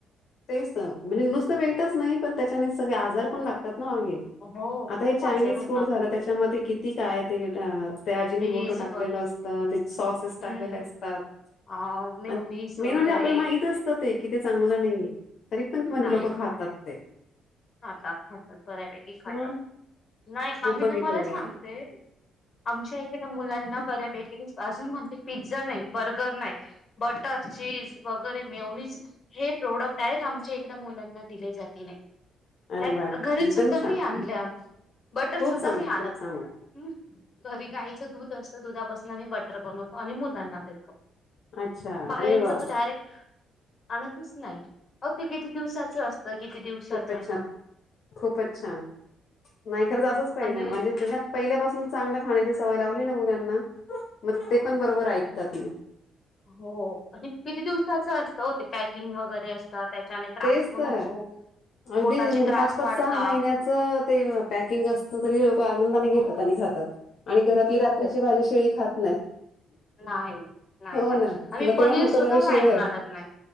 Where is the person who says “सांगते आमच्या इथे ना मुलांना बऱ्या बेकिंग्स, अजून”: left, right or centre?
Left